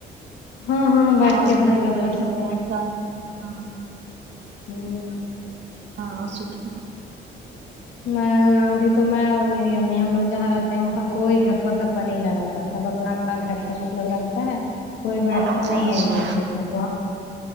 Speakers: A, on the left; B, on the right.
A: ہاں ہاں بیٹھ
B: اور
A: کے اپنا
B: بھی لوگ
A: گپا
B: بیٹھے
A: سپ
B: ہوئے ہیں ساتھ میں ہاں
A: ھمم
B: ہاں اسی کی ہے
A: میں ابھی تو میں اور میری امی ہم لوگ جہاں رہتے ہیں وہاں کوئی گپا سپا نہیں لڑاتا سب اپنا میں گھر سے مطلب رکھتا ہے کوئی بیٹھتا
B: اچھا
A: نہیں ہے ایک دوسرے میں تو